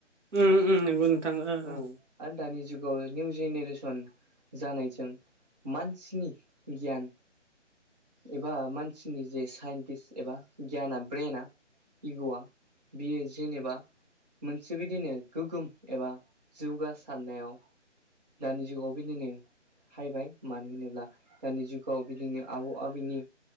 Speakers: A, on the right; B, on the right.
A: उम उम नोंगौ नोंथां ओ
B: औ
A: ओ।
B: आरो दानि जुगाव निउ जेनेरेसन जानायजों मानसिनि गियान एबा मानसिनि जे साइन्टिस एबा गियाना ब्रेना इग'आ बियो जेनेबा मोनसे बिदिनो गोगोम एबा जौगासारनायाव दानि जुगाव बेनिनो हायबाय मानो होनोब्ला दानि जुगाव बिदिनो आबौ आबैनि